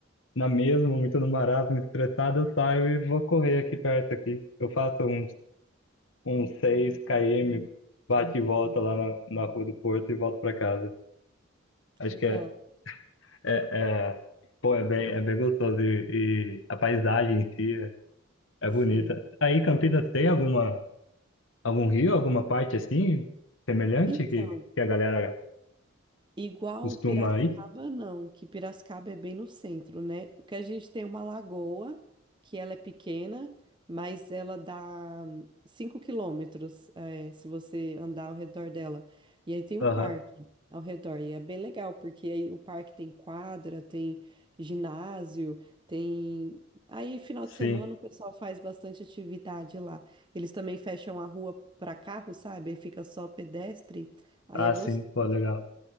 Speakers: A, on the left; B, on the right.
A: na mesma, muito no marasmo, estressado, eu saio e vou correr aqui perto aqui. Eu faço uns, uns 6 km, bate e volta lá na, na Rua do Porto e volto pra casa. Acho
B: Legal.
A: que é, é, é, pô, é bem, é bem gostoso e, e a paisagem em si é É
B: Sim.
A: bonita. Aí Campinas tem alguma algum rio, alguma parte assim semelhante
B: Então.
A: que, que a galera
B: Igual
A: costuma
B: Piracicaba,
A: ir?
B: não, que Piracicaba é bem no centro, né? O que a gente tem é uma lagoa, que ela é pequena, mas ela dá hum, 5 quilômetros, eh, se você andar ao redor dela. E aí tem um
A: Aham.
B: parque ao redor, e é bem legal, porque aí o parque tem quadra, tem ginásio, tem. Aí, final
A: Sim.
B: de semana, o pessoal faz bastante atividade lá. Eles também fecham a rua para carro, sabe? Aí fica só pedestre, aí
A: Ah,
B: é gostoso
A: sim. Pô, legal.